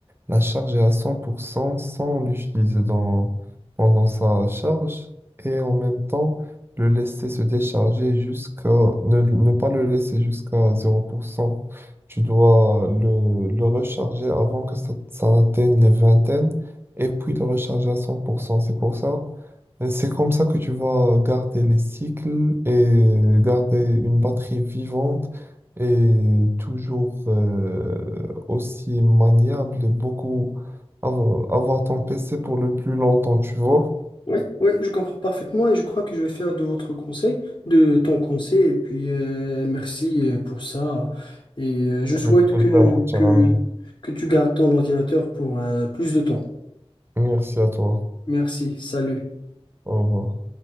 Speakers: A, on the right; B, on the left.
A: la charger à 100% sans l'utiliser dans, pendant sa charge et en même temps le laisser se décharger jusqu'à, ne, ne pas le laisser jusqu'à 0%. Tu dois le, le recharger avant que ça, ça atteigne les vingtaines et puis le recharger à cent pour cent C'est pour ça, et c'est comme ça que tu vas garder les cycles et garder une batterie vivante et toujours euh, aussi maniable et beaucoup avo- avoir ton PC pour le plus longtemps, tu vois.
B: Oui, oui, je comprends parfaitement et je crois que je vais faire de votre conseil, de ton conseil, et puis euh, merci euh, pour ça. Et euh, je souhaite
A: Avec plaisir,
B: que,
A: mon cher
B: que,
A: ami.
B: que tu gardes ton ordinateur pour euh, plus de temps.
A: Merci à toi.
B: Merci, salut.
A: Au revoir.